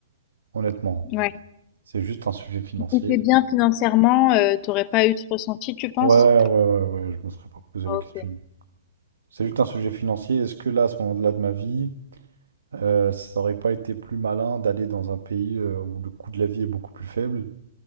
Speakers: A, on the right; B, on the left.
A: Honnêtement,
B: Ouais.
A: c'est juste un sujet financier.
B: Si t'es bien financièrement, heu, t'aurais pas eu ce ressenti, tu penses?
A: Ouais, ouais, ouais, ouais, je me serais pas posé
B: OK.
A: la question. C'est juste un sujet financier. Est-ce que là, à ce moment-là de ma vie, euh, ça aurait pas été plus malin d'aller dans un pays euh, où le coût de la vie est beaucoup plus faible